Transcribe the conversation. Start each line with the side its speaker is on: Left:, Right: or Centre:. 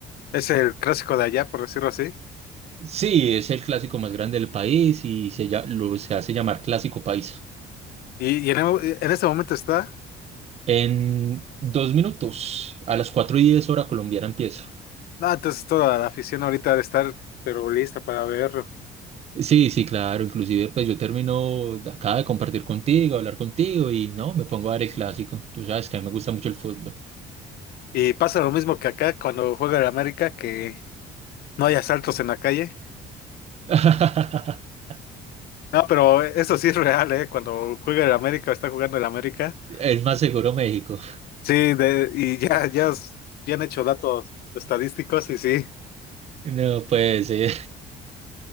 Left: Es el clásico de allá, por decirlo así.
Right: Sí, es el clásico más grande del país y se, lla- lo, se hace llamar Clásico Paisa.
Left: Y, y en, e- en este momento está.
Right: En dos minutos, a las 4 y 10 hora colombiana empieza.
Left: No, entonces toda la afición ahorita de estar, pero lista para verlo.
Right: Sí, sí, claro, inclusive pues yo termino, de- acaba de compartir contigo, hablar contigo y no, me pongo a ver el clásico. Tú sabes que a mí me gusta mucho el fútbol.
Left: Y pasa lo mismo que acá cuando juega el América, que no hay asaltos en la calle.
Right: <laughs>
Left: No, pero eso sí es real, ¿eh? Cuando juega el América o está jugando el América.
Right: Es más seguro México.
Left: Sí, de, y ya, ya, s- ya han hecho datos estadísticos y sí.
Right: No, pues sí,